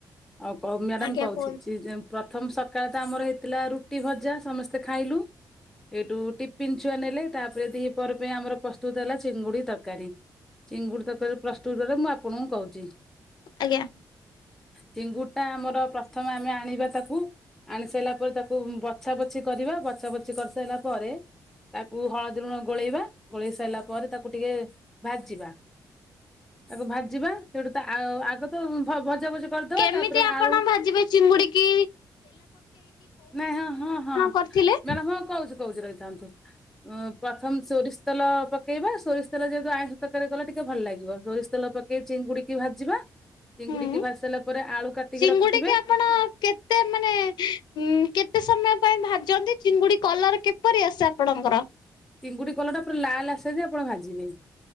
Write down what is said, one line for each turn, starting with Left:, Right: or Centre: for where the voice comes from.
Centre: ହଉ କ ମ୍ୟାଡ଼ାମ
Left: ଆଜ୍ଞା
Centre: କହୁଛି
Left: କୁହନ୍ତୁ
Centre: ଯେ ଯେଉଁ ପ୍ରଥମ ସକାଳେ ତ ଆମର ହେଇଥିଲା ରୁଟି ଭଜା ସମସ୍ତେ ଖାଇଲୁ। ଏଇଠୁ ଟିଫନ୍ ଛୁଆ ନେଲେ। ତାପରେ ଦି ପର ପାଇଁ ଆମର ପ୍ରସ୍ତୁତ ହେଲା ଚିଙ୍ଗୁଡ଼ି ତରକାରୀ। ଚିଙ୍ଗୁଡ଼ି ତରକାରୀ ପ୍ରସ୍ତୁତ ରେ ମୁଁ ଆପ ଣଙ୍କୁ କହୁଛି।
Left: ଆଜ୍ଞା।
Centre: ଚିଙ୍ଗୁଡ଼ିଟା ଆମର ପ୍ରଥମେ ଆମେ ଆଣିବା ତାକୁ। ଆଣି ସାରିଲା ପରେ ତାକୁ ବଛା ବଛି କରିବା। ବଛା ବଛି କରିସାରିଲା ପରେ। ତାକୁ ହଳଦୀ ଲୁଣ ଗୋଳେଇବା ଗୋଳେଇ ସାରିଲା ପରେ ତାକୁ ଟିକେ ଭାଜିବା। ତାକୁ ଭାଜିବା ସେଠୁ ଆ ଆଗ ତ ଭଜା ଭଜି କରିଦବା
Left: କେମିତି
Centre: ତାପରେ
Left: ଆପଣ
Centre: ଆଳୁ
Left: ଭାଜିବେ ଚିଙ୍ଗୁଡ଼ିକି?
Centre: ନାଇଁ ହଁ ହଁ ହଁ
Left: କରିଥିଲେ?
Centre: ମ୍ୟାଡ଼ାମ ହଁ କହୁଛି କହୁଛି ରହିଥାନ୍ତୁ, ପ୍ରଥମ ସୋରିଷ ତେଲ ପକେଇବା। ସୋରିଷ ତେଲ ଯେହେତୁ ଆଇ ସ ତରକାରୀ କଲେ ଟିକେ ଭଲ ଲାଗିବ। ସୋରିଷ ତେଲ ପକେଇ ଚିଙ୍ଗୁଡ଼ି ଭାଜିବା, ଚିଙ୍ଗୁଡ଼ିକି
Left: ହୁଁ।
Centre: ଭାଜି ସାରିଲା ପରେ ଆଳୁ କାଟିକି
Left: ଚିଙ୍ଗୁଡିକି
Centre: ରଖିଥିବେ।
Left: ଆପଣ କେତେ ମାନେ କେତେ ସମୟ ପାଇଁ ଭାଜନ୍ତି? ଚିଙ୍ଗୁଡ଼ି କଲର କିପରି ଆସେ ଆପଣଙ୍କର।
Centre: ଚିଙ୍ଗୁଡ଼ି କଲରଟା ପୁରା ଲାଲ ଆସିବା ଯାଏଁ ଆପଣ ଭାଜିବେ।